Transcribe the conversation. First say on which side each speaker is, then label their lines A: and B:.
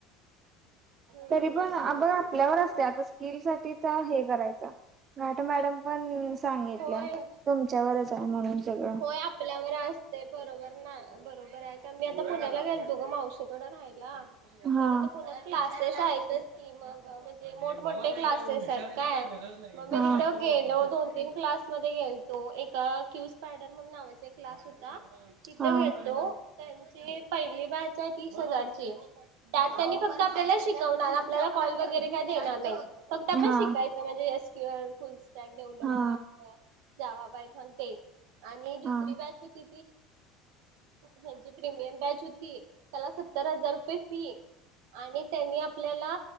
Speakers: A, on the right; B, on the right.
A: हम्म
B: तरी पण बघ आपल्यावर असते आता स्किल साठी हे करायच मॅडम पण सांगितल्या
A: होय
B: तुमच्यावरच आहे म्हणून सगळं
A: होय आपल्यावर असते बरोबर ना बरोबर आहे का मी आता पुण्याला गेलतो ग मावशीकड राहायला
B: हा
A: मग तिथं प की मग म्हणजे मोठमोठे क्लासेस आहेत काय मग मी
B: हा
A: तिथं गेलो दोन तीन क्लास मध्ये गेलतो एका क्य स्पायडर म्हण नावाचा एक क्लास होता तिथे
B: हा
A: गेलतो त्यांची पहिली भाषा आहे तीस हजारची त्यात त्यांनी फक्त आपल्याला शिकवणार आपल्याला कॉल वगैरे काय देणार नाही फक्त
B: हा
A: पण शिकायचं म्हणजे एस क्यूअ फुल स्टॅक डेव्हलपर
B: हा
A: जावा बायथन ते आणि दुसरी
B: हा
A: बॅच होती
B: <unintelligible>
A: हची प्रीमियम बॅच होती त्याला सत्तर हजार रुपये फी आणि त्यांनी आपल्याला